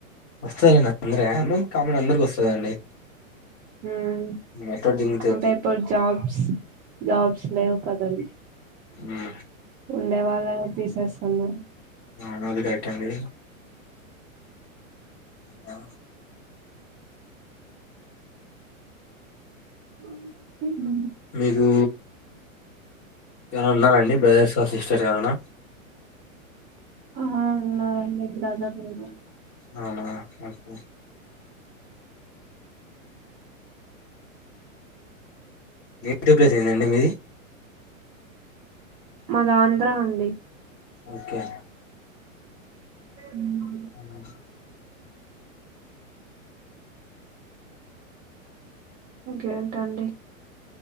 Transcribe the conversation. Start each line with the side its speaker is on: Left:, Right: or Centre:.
Left: వస్తదండి అందరు అన్న కామన్ అందరికి వస్తదండి
Right: మ్
Left: ఎక్కడ దిగుతే
Right: అంటే ఇప్పుడు జాబ్స్ జాబ్స్ లేవు కదండి
Left: మ్
Right: ఉండే వాళ్లనే తీసేసుతున్నారు
Left: అ అది కరెక్టే అండి ఆ
Right: మ్ ఊ.
Left: మీకు ఎవరన్నా ఉన్నార అండి, బ్రదర్స్ ఆర్ సిస్టర్స్ ఎవరన్నా.
Right: ఆ ఉన్నారు అండి, బ్రదర్ ఉన్నా.
Left: అవునా మంచిది. నేటివ్ ప్లేస్ ఏందండి మీది.
Right: మాద ఆంధ్ర అండి.
Left: ఓకే.
Right: మ్
Left: మ్
Right: ఇంకేంటండి.